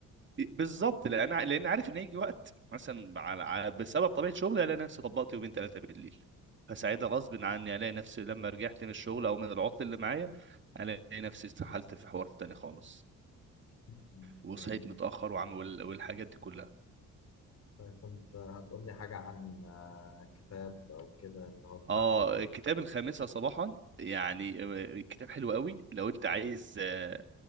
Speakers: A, on the right; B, on the left.
A: بالظبط لان أنا- لان عارف ان هيجي وقت مثلا على على- بسبب طبيعه شغلي الاقي نفسي طبقت يومين ثلاثه بالليل فساعتها غصب عني الاقي نفسي لما رجعت من الشغل او من العطل اللي معايا الاقي نفسي استحلت في حوار تاني خالص
B: مم.
A: وصحيت متأخر وعم وال- والحاجات دي كلها
B: انت كنت هتقول لي حاجه عن آه، كتاب او كده اللي هو بتاع
A: اه الكتاب الخامسة صباحا يعني آه، الكتاب حلو قوي لو انت عايز آه،